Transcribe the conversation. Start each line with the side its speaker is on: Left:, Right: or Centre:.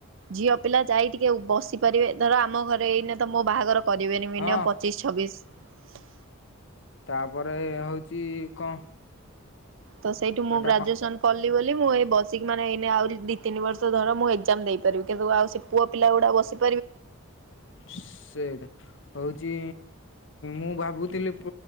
Right: ଝିଅ ପିଲା ଯାଇକି ଟିକେ ବସିପରିବେ ଧର ଆମର ଆମ ଘରେ ଏଇନ ତ ମୋ ବାହାଘର କରିବେନି ମିନିମମ୍
Left: ହଁ
Right: ପଚିଶ ଛବିଶ
Left: ତାପରେ ହଉଛି କଣ
Right: ତ ସେଇଠୁ ମୁଁ
Left: ଏଟା
Right: ଗ୍ରାଜୁଏସନ
Left: କଣ
Right: କଲି ବୋଲି ମୁଁ ଏଇ ବସିକ ମାନେ ଏଇ ଆଉରି ଦି ତିନି ବର୍ଷ ଧର ମୁଁ ଏଜ୍ଜାମ ମଦେଇପାରିବି କିନ୍ତୁ ଆଉ ସେ ପୁଅ ପିଲା ଗୁଡ଼ ବସିକି
Left: ସେଇଟା ହଉଛି ମୁଁ ଭାବୁଥିଲି